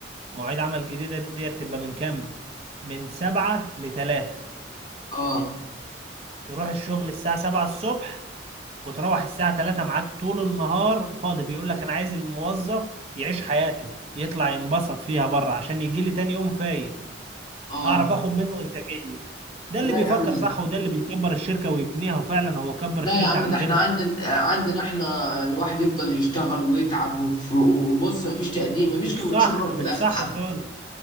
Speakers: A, on the right (about 35°); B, on the left (about 25°).
A: مواعيد عمل جديدة دي تبقى من كام من سبعة لتلاتة
B: اه
A: يروح الشغل الساعة سبعة الصبح وتروح الساعة تلاتة معاك طول النهار فاضي بيقول لك انا عايز الموظف يعيش حياته يطلع ينبسط فيها بره عشان يجي لي تاني يوم فايق
B: اه
A: اعرف اخد منه انتاجيه ده اللي
B: لا
A: بيفكر
B: يا عم
A: صح وده اللي بيكبر الشركه ويبنيها وفعلا هو كبر الشركه
B: لا يا عم
A: عندنا
B: ده احنا عندنا عندنا احنا الواحد يفضل يشتغل ويتعب وف- وبص مفيش تقديم مفيش
A: مش
B: كلمة
A: صح
B: شكرا
A: مش
B: في الآخر
A: صح
B: حد
A: خالص